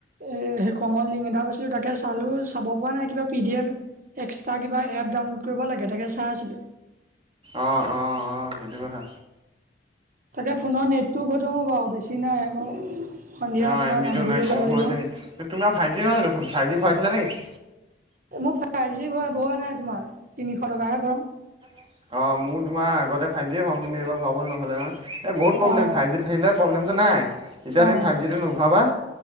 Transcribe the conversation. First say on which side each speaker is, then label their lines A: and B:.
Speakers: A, on the right (about 50°); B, on the right (about 30°).
A: এ সেই কমত লিংক এটা পাইছিলো তাকে চালো চাব পৰা নাই কিবা পি ডি এফ এক্সট্ৰা কিবা এপ ডাউনলোড কৰিব লাগে একেটাকে চাই আছিলোঁ
B: অ অ অ সেইটো কথা।
A: তাকে ফোনৰ নেটটো গৈ থাকে বাৰু বেছি নাই আকৌ সন্ধিয়া
B: অ
A: তোমাৰ
B: এম বি
A: নামঘৰলৈও
B: টো নাই কম
A: যাব লাগিব
B: হৈছে নে তুমাৰ ফাইভ জি নহয় জানো ফোন ফাইভ জি ভৰাইছিলা নেকি
A: মোৰ ফাইভ জি হোৱা ভৰোৱা নাই তোমাৰ তিনিশ টকাহে ভৰাও।
B: অ মোৰ তোমাৰ আগতে ফাইভ জি ভৰাও কিন্তু এইবাৰ ভৰোৱা নহ'লে নহয় এই বহুত প্ৰব্লেম
A: অ
B: ফাইভ জিটো থাকিলে প্ৰব্লেমটো নাই এতিয়া তুমি
A: অ
B: ফাইভ জিটো নোহোৱা পা